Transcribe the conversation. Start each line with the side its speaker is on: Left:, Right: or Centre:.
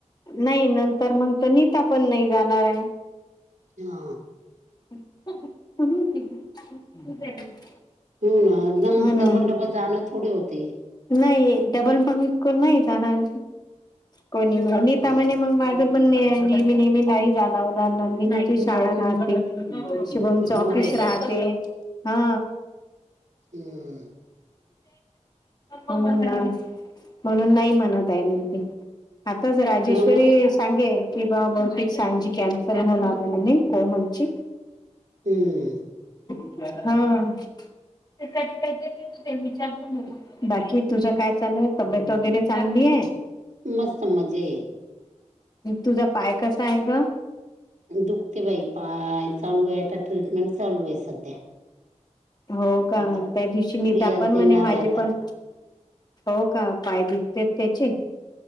Left: नाही नंतर मग त नीता पण नाही जाणार आहे
Right: हा
Left: <inaudible>
Right: हो ना मग
Left: म्हणून
Right: डबल डबल जाणं थोडे होते
Left: नाही डबल मग कोण नाही जाणार कोणी मीता
Right: हं.
Left: म्हणे मग माझ पण नेहमी नेहमी नाही जाण होणार नंदीची शाळा राहते शिभोमच
Right: हो
Left: ऑफिस
Right: ना
Left: राहते हा
Right: हम्म
Left: ह म्हणून नाही म्हणत आहे म्हणते आताच राजेश्वरी
Right: हो ना
Left: सांगे की बा मग ते सांजी कॅन्सल होणार आहे म्हणे कोमलची
Right: हम्म
Left: हा त्यासाठी काहीतरी विचारत म बाकी तुझं काय चालूय तब्येत वगैरे चांगली आहे
Right: मस्त मजे
Left: तुझा पाय कसा आहे ग
Right: दुखते बाई पाय चालू आहे आता ट्रीटमेंट चालू आहे सध्या
Left: हो का
Right: आता
Left: त्या दिवशी नीता
Right: प्रियाज
Left: पण
Right: देणार
Left: म्हणे माझे
Right: आहे आता
Left: पण हो का पाय दुखतात त्याची